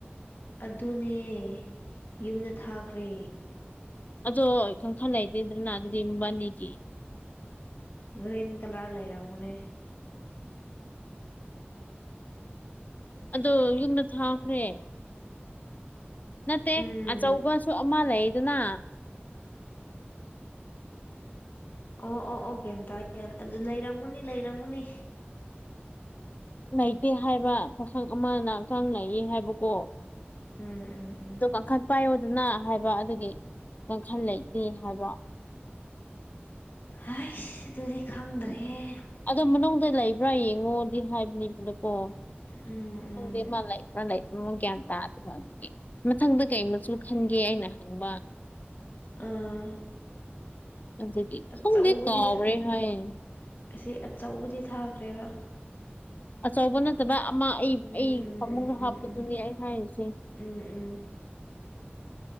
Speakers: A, on the left; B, on the left.
A: ꯑꯗꯨꯅꯦ ꯌꯨꯝꯗ ꯊꯥꯈ꯭ꯔꯦ
B: ꯑꯗꯣ ꯀꯪꯈꯜ ꯂꯩꯇ꯭ꯔꯦꯗꯅ ꯑꯗꯨꯗꯤ ꯃꯕꯥꯅꯤꯒꯤ
A: ꯒ꯭ꯔꯤꯟ ꯀꯂꯔ ꯂꯩꯔꯝꯒꯅꯤ
B: ꯑꯗꯣ ꯌꯨꯝꯗ ꯊꯥꯈ꯭ꯔꯦ ꯅꯠꯇꯦ
A: ꯎꯝ
B: ꯑꯆꯧꯕꯁꯨ ꯑꯃ ꯂꯩꯌꯦꯗꯅ
A: <unintelligible> ꯑꯣ ꯑꯣ ꯑꯣ ꯒꯌ꯭ꯟ ꯇꯥꯏ ꯌꯥꯟ ꯑꯗꯨ ꯂꯩꯔꯝꯃꯅꯤ ꯂꯩꯔꯝꯃꯅꯤ
B: ꯂꯩꯇꯦ ꯍꯥꯏꯕ ꯄꯥꯈꯪ ꯑꯃꯅ ꯀꯥꯡ ꯂꯩꯌꯦ ꯍꯥꯏꯕꯀꯣ
A: ꯎꯝ ꯎꯝ ꯎꯝ
B: ꯇꯣ ꯀꯥꯡꯈꯟ ꯄꯥꯏꯌꯣꯗꯅ ꯍꯥꯏꯕ ꯑꯗꯨꯒꯤ ꯀꯥꯡꯈꯟ ꯂꯩꯇꯦ ꯍꯥꯏꯕ
A: ꯍꯥꯏꯁ ꯑꯗꯨꯗꯤ ꯈꯪꯗ꯭ꯔꯦꯍꯦ
B: ꯑꯗꯣ ꯃꯅꯨꯡꯗ ꯂꯩꯕ꯭ꯔꯥ ꯌꯦꯡꯉꯣꯗꯤ ꯍꯥꯏꯕꯅꯦꯕꯅꯀꯣ
A: ꯎꯝ ꯎꯝ
B: ꯈꯪꯗꯦ ꯃꯥ ꯂꯩꯕ꯭ꯔ ꯂꯩꯇꯕ꯭ꯔ ꯒꯌꯥꯟ ꯇꯥꯗꯕ ꯑꯗꯨꯒꯤ ꯃꯊꯪꯗ ꯀꯩ ꯃꯆꯨ ꯈꯟꯒꯦ ꯑꯩꯅ ꯍꯪꯕ
A: ꯑꯥ
B: ꯑꯗꯨꯒꯤ
A: ꯑꯆꯧꯕꯗꯤ
B: ꯈꯪꯗꯦ ꯀꯥꯎꯒ꯭ꯔꯦ
A: ꯊꯥ
B: ꯍꯥꯏꯌꯦ
A: ꯑꯁꯤ ꯑꯆꯧꯕꯗꯤ ꯊꯥꯈ꯭ꯔꯦꯕ
B: ꯑꯆꯧꯕ ꯅꯠꯇꯕ ꯑꯃ ꯑꯩ
A: ꯎꯝ
B: ꯑꯩ
A: ꯎꯝ
B: ꯐꯃꯨꯡꯗ
A: ꯎꯝ ꯎꯝ
B: ꯍꯥꯞꯄꯗꯨꯅꯤ
A: ꯎꯝ
B: ꯑꯩ ꯍꯥꯏꯔꯤꯁꯦ
A: ꯎꯝ ꯎꯝ